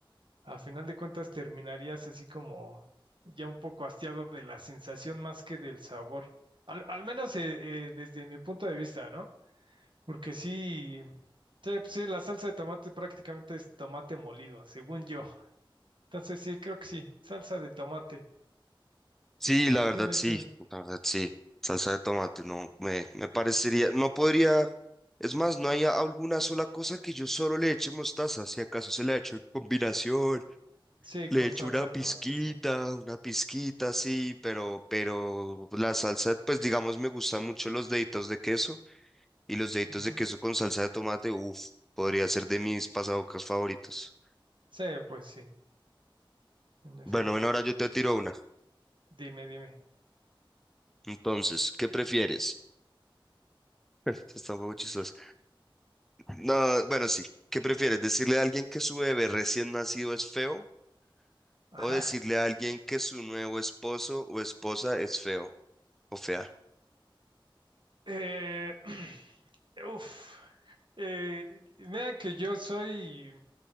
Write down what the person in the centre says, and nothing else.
Sí, la verdad
sí,
la verdad sí. Salsa de tomate, no, me, me parecería, no podría, es más, no hay alguna sola cosa que yo solo le eche mostaza, si acaso se le echo en combinación
Le
echo
una
pizquita,
una pizquita, sí, pero, pero la salsa, pues digamos, me gustan mucho los deditos de queso y los deditos
de queso con salsa de tomate, uff, podría ser de mis pasabocas favoritos.
Bueno, bueno, ahora yo te tiro una.
Entonces, ¿qué prefieres? Esto Está un poco chistoso. No, bueno, sí. ¿Qué prefieres? ¿Decirle a alguien que su bebé recién nacido es feo
o decirle
a alguien que su nuevo esposo o esposa es feo o fea?